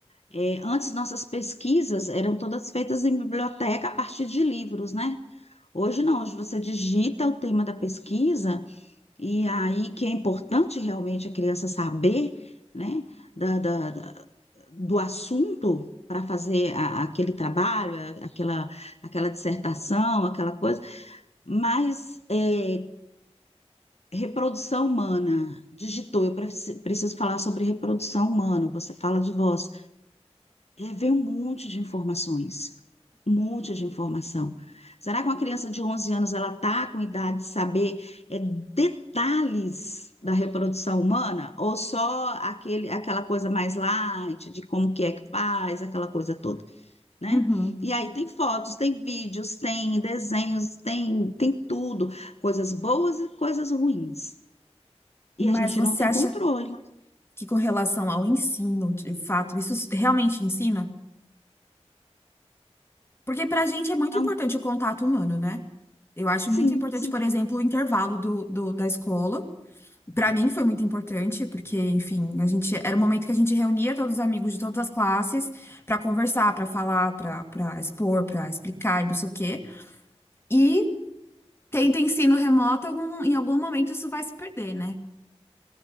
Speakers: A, on the left; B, on the left.
A: É, antes, nossas pesquisas eram todas feitas em biblioteca a partir de livros, né? Hoje não, hoje você digita o tema da pesquisa e aí que é importante realmente a criança saber, né, da, da- da- do assunto para fazer a- aquele trabalho, a- aquela, aquela dissertação, aquela coisa, mas é, reprodução humana, digitou, eu preci- preciso falar sobre reprodução humana, você fala de voz. É, vem um monte de informações, um monte de informação. Será que uma criança de 11 anos ela está com idade de saber é, detalhes da reprodução humana ou só aquele, aquela coisa mais light de como que é que faz, aquela coisa toda, né?
B: uhum.
A: E aí tem fotos, tem vídeos, tem desenhos, tem, tem tudo, coisas boas e coisas ruins. E
B: Mas
A: a gente
B: você
A: não tem
B: acha
A: controle.
B: que com relação ao ensino, de fato, isso realmente ensina? Porque para a gente é muito
A: Então,
B: importante o contato humano, né? Eu acho
A: sim,
B: muito importante,
A: sim.
B: por exemplo, o intervalo do, do- da escola. Pra mim foi muito importante, porque, enfim, a gente era o momento que a gente reunia todos os amigos de todas as classes pra conversar, pra falar, pra para expor, pra explicar, e não sei o quê. E tendo ensino remoto, algum- em algum momento isso vai se perder, né?